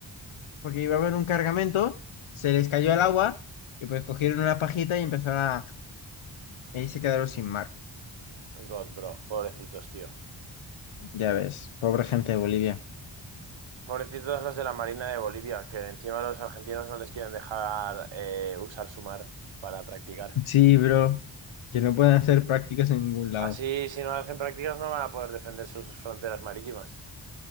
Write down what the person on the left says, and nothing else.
porque iba a haber un cargamento, se les cayó el agua y pues cogieron una pajita y empezaron a... y ahí se quedaron sin mar.
Ya ves, pobre gente de Bolivia.
Sí, bro, que no pueden hacer prácticas en ningún lado.